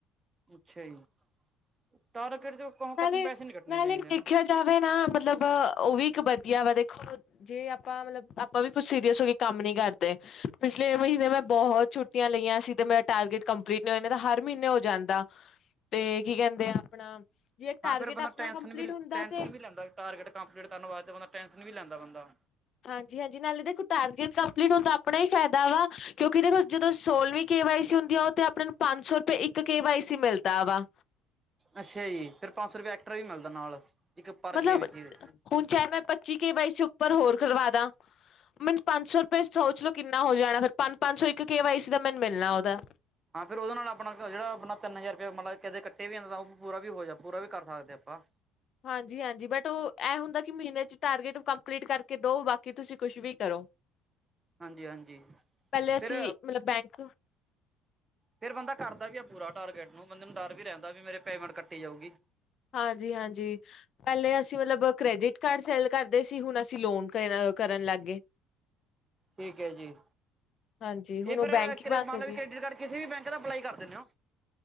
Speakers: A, on the right (about 25°); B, on the left (about 50°).
A: ਅੱਛਿਆ ਜੀ। ਟਾਰਗੇਟ ਚੋ ਕੱਟ
B: ਨਾਲੇ
A: ਪੈਸੇ ਨਹੀਂ ਕੱਟਣੇ
B: ਨਾਲੇ
A: ਚਾਹੀਦੇ
B: ਦੇਖਿਆ
A: ਹਨਾ।
B: ਜਾਵੇ ਨਾ ਮਤਲਬ ਉਹ ਵੀ ਇੱਕ ਵਧੀਆ ਵਾ ਦੇਖੋ ਜੇ ਆਪਾਂ ਮਤਲਬ ਆਪਾਂ ਵੀ ਕੁਛ ਸੀਰੀਅਸ ਹੋ ਕੇ ਕੰਮ ਨੀ ਕਰਦੇ ਪਿਛਲੇ ਮਹੀਨੇ ਮੈਂ ਬਹੁਤ ਛੁੱਟੀਆਂ ਲਈਆਂ ਸੀ ਤੇ ਮੇਰਾ, ਟਾਰਗੇਟ ਕੰਪਲੀਟ ਨਹੀਂ ਹੋਇਆ, ਨਹੀਂ ਤੇ ਹਰ ਮਹੀਨੇ ਹੋ ਜਾਂਦਾ। ਤੇ ਕੀ ਕਹਿੰਦੇ ਆ ਆਪਣਾ ਜੇ ਟਾਰਗੇਟ
A: ਹਾਂ ਫਿਰ ਬੰਦਾ
B: ਆਪਣਾ
A: ਟੈਸਨ
B: ਕੰਪਲੀਟ
A: ਵੀ
B: ਹੁੰਦਾ
A: ਟੈਨਸ਼ਨ
B: ਤੇ
A: ਵੀ ਲੈਂਦਾ ਟਾਰਗੇਟ ਕੰਪਲੀਟ ਕਰਨ ਵਾਸਤੇ ਬੰਦਾ ਟੈਨਸ਼ਨ ਵੀ ਲੈਂਦਾ ਬੰਦਾ।
B: ਹਾਂਜੀ-ਹਾਂਜੀ। ਨਾਲੇ ਦੇਖੋ ਟਾਰਗੇਟ ਕੰਪਲੀਟ ਹੁੰਦਾ ਆਪਣਾ ਹੀ ਫਾਇਦਾ ਵਾ ਕਿਉਂਕਿ ਦੇਖੋ ਜਦੋਂ ਸੋਲਵੀਂ ਕੇ ਵਾਈ ਸੀ ਹੁੰਦੀ ਆ। ਉਹ ਤੇ ਆਪਣੇ ਨੂੰ ਪੰਜ ਸੌ ਤੇ ਇੱਕ ਕੇ ਵਾਈ ਸੀ ਮਿਲਦਾ ਵਾ‌।
A: ਅੱਛਾ ਜੀ। ਫੇਰ ਪੰਜ ਸੌ ਰੁਪਏ ਐਕਟਰਾ ਵੀ ਮਿਲਦਾ ਨਾਲ। ਇੱਕ ਪਰ
B: ਮਤਲਬ
A: ਕੇ ਵੀ ਸੀ।
B: ਹੁਣ ਚਾਹੇ ਮੈਂ ਪੱਚੀ ਕੇ ਵਾਈ ਸੀ ਉੱਪਰ ਹੋਰ ਕਰਵਾ ਦਾ ਮੈਨੂੰ ਪੰਜ ਸੌ ਰੁਪਏ ਸੋਚ ਲੋ ਕਿੰਨਾ ਹੋ ਜਾਣਾ? ਫਿਰ ਪੰਜ- ਪੰਜ ਸੌ ਇੱਕ ਕੇ ਵਾਈ ਸੀ ਦਾ ਮੈਨੂੰ ਮਿਲਣਾ ਉਹਦਾ।
A: ਹਾਂ ਫਿਰ ਉਹਦੇ ਨਾਲ ਆਪਣਾ ਜਿਹੜਾ ਆਪਣਾ ਤਿਨ ਹਜਾਰ ਮਤਲਬ ਕਦੇ ਕੱਟੇ ਵੀ ਜਾਂਦੇ ਐ, ਕਦੇ ਵੀ ਪੂਰਾ ਵੀ ਹੋ ਪੂਰਾ ਵੀ ਕਰ ਸਕਦੇ ਆ ਆਪਾਂ।
B: ਹਾਂਜੀ-ਹਾਂਜੀ ਬਟ ਉਹ ਇਹ ਹੁੰਦਾ ਕਿ ਮਹੀਨੇ ਚ ਟਾਰਗੇਟ ਕੰਪਲੀਟ ਕਰਕੇ ਦਓ ਬਾਕੀ ਤੁਸੀਂ ਕੁਛ ਵੀ ਕਰੋ? <inaudible>
A: ਹਾਂਜੀ ਹਾਂਜੀ,
B: ਪਹਿਲੇ ਅਸੀਂ
A: ਫਿਰ
B: ਮਤਲਬ ਬੈਂਕ
A: ਫੇਿਰ ਬੰਦਾ ਕਰਦਾ ਵੀ ਆ ਪੂਰਾ ਟਾਰਗੇਟ ਨੂੰ, ਬੰਦੇ ਨੂੰ ਡਰ ਵੀ ਰਹਿੰਦਾ, ਵੀ ਮੇਰੇ ਪੇਮੈਂਟ ਕੱਟੀ ਜਾਊਗੀ।
B: ਹਾਂਜੀ ਹਾਂਜੀ, ਪਹਿਲੇ ਅਸੀਂ ਮਤਲਬ ਕ੍ਰੈਡਿਟ ਕਾਰਡ ਸੈਲ ਕਰਦੇ ਸੀ, ਹੁਣ ਅਸੀਂ ਲੋਨ ਕਰਨ ਲੱਗ ਗਏ।
A: ਠੀਕ ਹੈ ਜੀ
B: ਹਾਂਜੀ, ਹੁਣ
A: ਇਹ ਫਿਰ
B: ਉਹ ਬੈਂਕ ਹੀ ਬੰਦ
A: ਮੰਨ
B: ਹੋ
A: ਲਓ
B: ਗਈ।
A: ਵੀ ਕ੍ਰੈਡਿਟ ਕਾਰਡ ਕਿਸੇ ਵੀ ਬੈਂਕ ਦਾ ਅਪਲਾਈ ਕਰ ਦਿੰਨੇ ਹੋ?